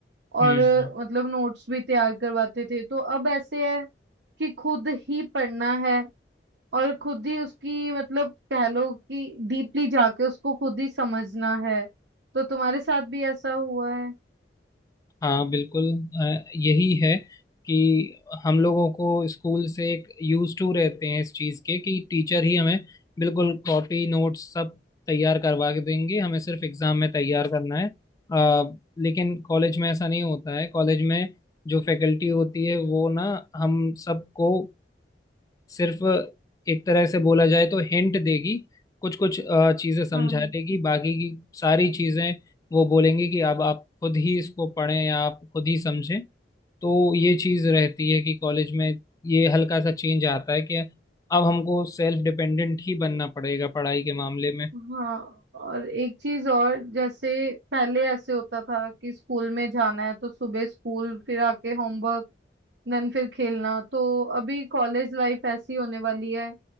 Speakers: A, on the left; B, on the right.
A: हम्म
B: और
A: हम्म,
B: मतलब नोट्स भी तैयार करवाते थे तो अब ऐसे है कि खुद ही पढ़ना है और खुद ही उसकी मतलब कह लो कि डीपली जाके उसको खुद ही समझना है तो तुम्हारे साथ भी ऐसा हुआ है
A: हाँ बिल्कुल अ, यही है कि हम लोगों को स्कूल से एक यूज टू रहते हैं इस चीज़ के कि टीचर ही हमें बिल्कुल कॉपी नोट्स सब तैयार करवा के देंगे हमें सिर्फ एग्जाम में तैयार करना है अ, लेकिन कॉलेज में ऐसा नहीं होता है कॉलेज में जो फैकल्टी होती है वो ना हम सबको सिर्फ एक तरह से बोला जाए तो हिंट देगी कुछ कुछ चीजें समझा
B: हाँ
A: देगी बाकी की सारी चीजें वो बोलेंगे कि अब आप खुद ही इसको पढ़ें या आप खुद ही समझें तो ये चीज रहती है कि कॉलेज में ये हल्का सा चेंज आता है कि अब हमको सेल्फ डिपेंडेंट ही बनना पड़ेगा पढ़ाई के मामले में
B: हाँ और एक चीज और जैसे पहले ऐसे होता था कि स्कूल में जाना है तो सुबह स्कूल फिर आके होमवर्क देन फिर खेलना तो अभी कॉलेज लाइफ ऐसी होने वाली है